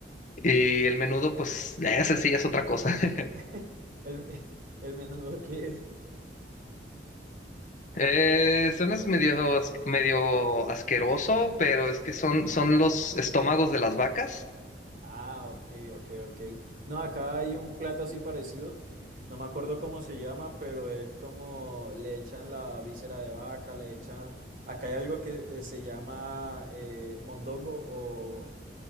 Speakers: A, on the left; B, on the right.
A: Y el menudo, pues, ese sí es otra cosa. <laughs>
B: <laughs> El, el menudo que es.
A: Eh, suena medio, as- medio asqueroso, pero es que son, son los estómagos de las vacas.
B: Ah, ok, ok, ok. No, acá hay un plato así parecido. No me acuerdo cómo se llama, pero es como le echan la víscera de vaca, le echan. Acá hay algo que eh, se llama eh, mondongo o